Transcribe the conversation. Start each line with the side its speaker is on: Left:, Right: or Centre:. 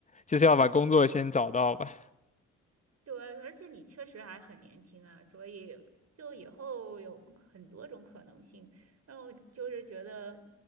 Left: 就是要把工作先找到吧。
Right: 对，而且你确实还很年轻啊，所以就以后有很多种可能性。然后就是觉得